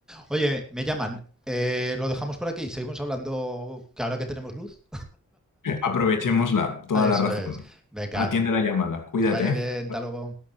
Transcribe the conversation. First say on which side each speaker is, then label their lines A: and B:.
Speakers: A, in the centre; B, on the left (about 85°).
A: Oye, me llaman. Eh, lo dejamos por aquí. Seguimos hablando que ahora que tenemos luz.
B: Aprovechémosla, toda
A: Ah, eso
B: la razón.
A: es. Venga,
B: Atiende la llamada. Cuídate.
A: que vaya bien. Hasta luego.